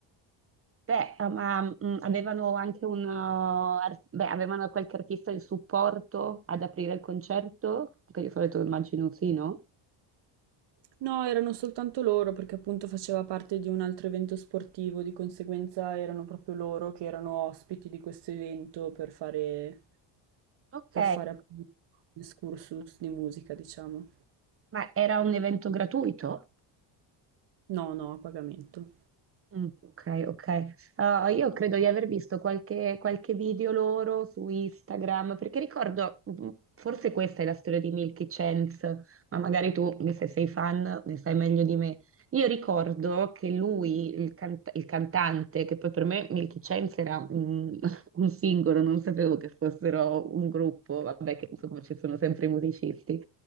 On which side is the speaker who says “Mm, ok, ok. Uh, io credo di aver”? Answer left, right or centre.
Right